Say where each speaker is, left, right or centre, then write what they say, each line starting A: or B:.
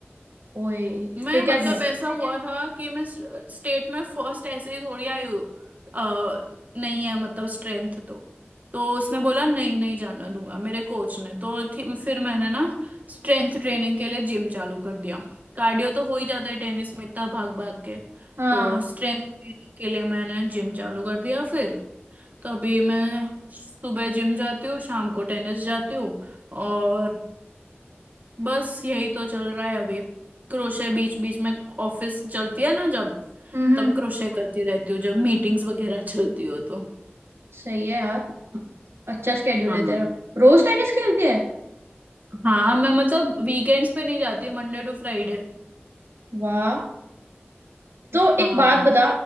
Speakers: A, on the right; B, on the right.
A: ओए
B: मैं
A: फिर क्या
B: मतलब
A: किया
B: ऐसा हुआ था कि मैं स्टेट में फर्स्ट ऐसे ही थोड़ी आई हूँ अ, नहीं है मतलब स्ट्रेंथ तो तो उसने बोला नहीं नहीं जाना दूंगा मेरे कोच ने तो थी- फिर मैंने ना स्ट्रेंथ ट्रेनिंग के लिए जिम चालू कर दिया कार्डियो तो हो ही जाता है टेनिस में इतना भाग भाग के
A: हाँ
B: तो स्ट्रेंथ ट्रेनिंग के लिए मैंने जिम चालू कर दिया फिर तो अभी मैं सुबह जिम जाती हूँ शाम को टेनिस जाती हूँ और बस यही तो चल रहा है अभी क्रोशे बीच बीच में ऑफिस चलती है ना जब
A: हम्म
B: तब क्रोशे करती रहती हूँ जब मीटिंग्स वगैरह चलती हो तो
A: सही है यार अच्छा स्केड्यूल
B: हाँ
A: है तेरा रोज टेनिस खेलती है
B: हाँ मैं मतलब वीकेंड्स पे नहीं जाती मंडे टू फ्राइडे
A: वाह तो
B: हाँ
A: एक बात बता